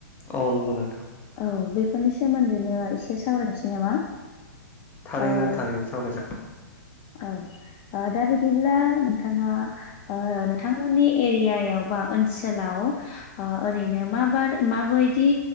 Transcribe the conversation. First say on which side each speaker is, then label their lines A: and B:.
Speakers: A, on the left (about 20°); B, on the left (about 35°).
A: औ नंगौ नोंथां
B: औ बेफोरनि सोमोन्दैनो एसे सावरायनोसै नामा
A: थारैनो
B: ओ
A: थारैनो सावरायजागोन
B: औ ओ‌ दा बिदिब्ला नोंथांआ ओ नोंथांमोनि एरियाव बा ओनसोलाव ओ ओरैनो माबार माबादि